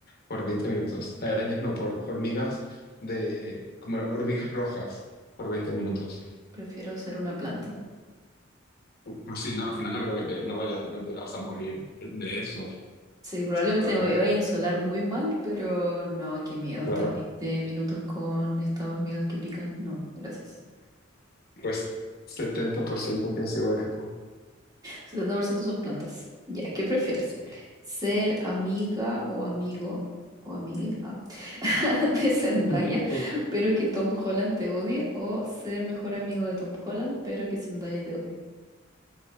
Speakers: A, on the left (about 50°); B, on the right (about 20°).
A: por 20 minutos. Eh, Arañas no, por hormigas de, como hormigas rojas por 20 minutos.
B: prefiero ser una planta.
A: Pues sí, no, al final no creo que te, no vaya- no te vas a morir de eso.
B: Sí, probablemente
A: A ver,
B: me voy- vaya a insolar muy mal, pero no, qué miedo
A: claro.
B: estar 20 minutos con estas hormigas que pican. No, gracias.
A: Pues 70% piensa igual que tú.
B: setenta por ciento son plantas. Ya, ¿qué prefieres?
A: Sí.
B: ¿Ser amiga o amigo o amigue ah, <laughs> de Zendaya,
A: <laughs>
B: pero que Tom Holland te odie? ¿O ser mejor amigo de Tom Holland, pero que Zendaya te odie?